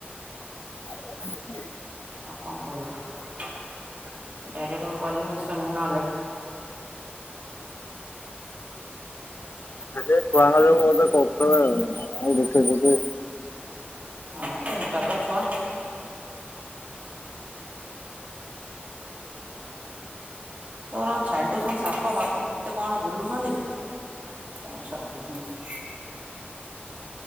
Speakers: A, on the left; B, on the right.
A: <inaudible>
B: ଆଉ କଣ କହିବ ଡାଇରେକ୍ଟ ମୁଁ କହିଲି ମିଶନି ନହେଲେ <inaudible>
A: ଆରେ ଛୁଆଙ୍କ ଯୋଗୁ ମୁ ତ କତବ୍ <unintelligible> ଦୂଖେ ସୁଖେ
B: ନ <unintelligible> ଟା ତ ଛୁଆ ତୋର ଆଉ ଛାଡି ଦଉସନ୍ ସାପ ଫାପ କେତେ କଣ ବୁଲୁଛନ୍ତି? ତମ ଛାଡିଦିଅ ସେମିତି